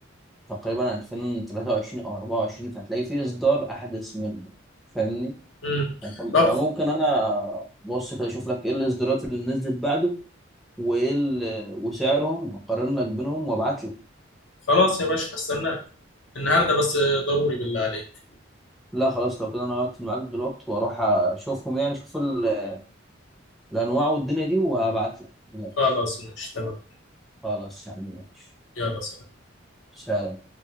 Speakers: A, in the centre; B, on the left.
A: تقريبا 2023 او 24 فهتلاقي في اصدار احدث منه فاهمني
B: امم
A: فأنت-
B: طب
A: فممكن انا بص كده اشوف لك ايه الاصدارات اللي نزلت بعده وايه ال- وسعرهم واقارن لك بينهم وابعت لك
B: خلاص يا باشا هستناك النهارده بس ضروري بالله عليك
A: لا خلاص لو كده انا هقفل معاك دلوقتي واروح اشوفهم يعني اشوف ال- الانواع والدنيا دي وهبعت لك متقلقش.
B: خلاص ماشي تمام
A: خلاص يا عم ماشي
B: يلا سلام
A: سلام